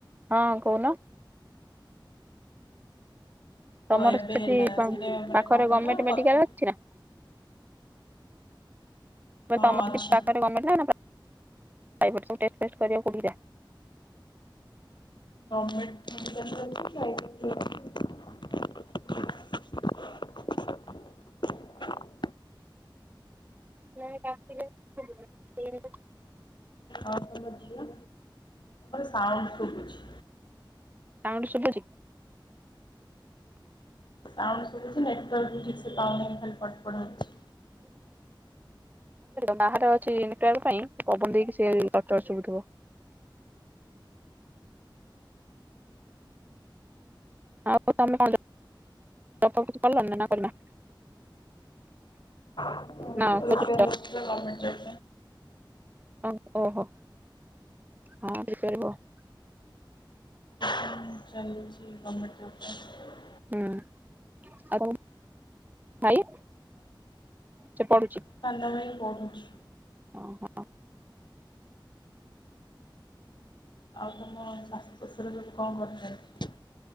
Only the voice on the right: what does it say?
ହଁ କହୁନ।
ତମର
ସେଠି
ପାଖରେ
ଗରମେଣ୍ଟ
ମେଡିକାଲ ଅଛି ନା?
ତମର
ପାଖରେ ଗମେଣ୍ଟ ନାପ୍ରାଇଭେଟ ଡାଇବେଟିସ ସବୁ ଟେଷ୍ଟ ଫେଷ୍ଟ କରିବାପାଇଁ କଉଠିକି ଯାଅ।
ନା କାର୍ତ୍ତିକ
ତାଙ୍କଠୁ ଶିଖୁଛି।
ନାରେ ଅଛି ପାଇଁ ପବନ ଦେଇକି ସେି ଗଚ ଚୁଥିବ ଆଉ ତମେ କିଛି କରିଲନି ନା କରିନା।
ନା ଖୋଜୁଛ
ଓ ଓହୋ ହପିବ <unintelligible>
ହୁଁ ଆଉ ଭାଇ ସେ ପଢୁଛି।
ଓହୋ <inaudible>